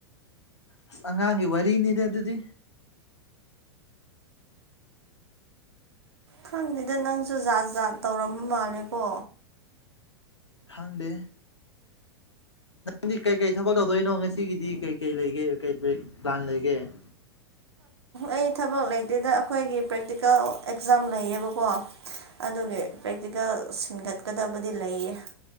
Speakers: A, on the left (about 85°); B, on the right (about 70°).
A: ꯑꯁ ꯑꯉꯥꯡꯒꯤ ꯋꯥꯔꯤꯅꯤꯗꯤ ꯑꯗꯨꯗꯤ
B: ꯈꯪꯗꯦꯗ ꯅꯪꯁꯨ ꯖꯥꯠ ꯖꯥꯠ ꯇꯧꯔꯝꯕ ꯃꯥꯜꯂꯦꯀꯣ
A: ꯈꯪꯗꯦ ꯅꯪꯗꯤ ꯀꯩꯀꯩ ꯊꯕꯛ ꯇꯧꯗꯣꯏꯅꯣ ꯉꯁꯤꯒꯤꯗꯤ ꯀꯩ ꯀꯩ ꯂꯩꯒꯦ ꯀꯩ ꯄ꯭ꯂꯥꯟ ꯂꯩꯒꯦ <inaudible>
B: ꯑꯩ ꯊꯕꯛ ꯂꯩꯇꯦꯗ ꯑꯩꯈꯣꯏꯒꯤ ꯄ꯭ꯔꯦꯛꯇꯤꯀꯦꯜ ꯑꯦꯛꯖꯥꯝ ꯂꯩꯌꯦꯕꯀꯣ ꯑꯗꯨꯒꯤ ꯄ꯭ꯔꯦꯛꯇꯤꯀꯦꯜ ꯁꯤꯟꯒꯠꯀꯗꯕꯗꯤ ꯂꯩꯌꯦ